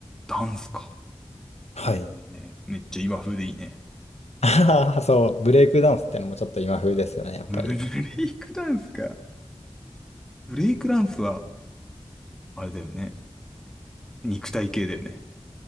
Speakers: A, in the centre; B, on the left.
A: ダンスか。
B: はい。
A: えー、めっちゃ今風でいいね。
B: <laughs> あははそう、ブレイクダンスってのもちょっと今風ですよね、やっぱり。
A: ブレイクダンスか。ブレイクダンスは、あれだよね。肉体系だよね。